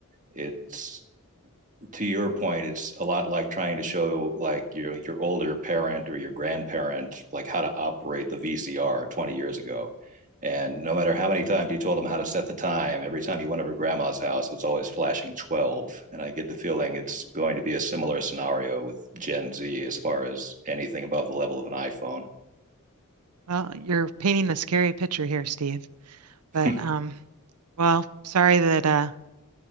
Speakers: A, on the right; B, on the right.
A: it's to your point, it's a lot like trying to show like your your older parent or your grandparent like how to operate the VCR 20 years ago. And no matter how many times you told them how to set the time, every time you went over to grandma's house, it was always flashing 12. And I get the feeling it's going to be a similar scenario with Gen Z as far as anything above the level of an iPhone.
B: Well, you're painting a scary picture here, Steve.
A: <laughs>
B: But um well, sorry that uh